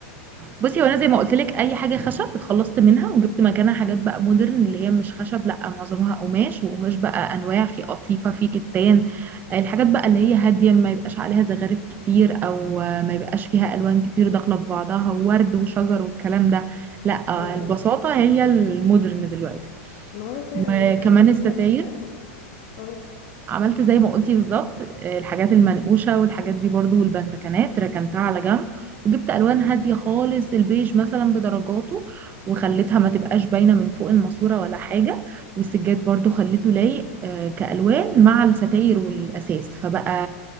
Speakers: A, on the right; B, on the left.
A: بصي هو انا زي ما قلت لك اي حاجه خشب اتخلصت منها وجبت مكانها حاجات
B: مم.
A: بقى مودرن اللي هي مش خشب لا معظمها قماش وقماش بقى انواع في قطيفه في كتان الحاجات بقى اللي هي هاديه ما يبقاش عليها زخارف كتير او ما يبقاش فيها الوان كتير داخله في بعضها وورد وشجر والكلام ده لا
B: ايوه
A: البساطه هي المودرن دلوقتي
B: ما هو فعلا
A: وكمان
B: المود انا لما
A: الستاير
B: <laughs> عملت الشقه كده اه
A: عملت زي ما قلتي بالظبط آه، الحاجات المنقوشة والحاجات دي برضو والبندكنات ركنتها على جنب وجبت ألوان هادية خالص البيج مثلا بدرجاته وخليتها
B: مم.
A: ما تبقاش باينة من فوق الماسورة ولا حاجة والسجاد برضو خليته لايق آه، كألوان مع الستاير والأساس فبقى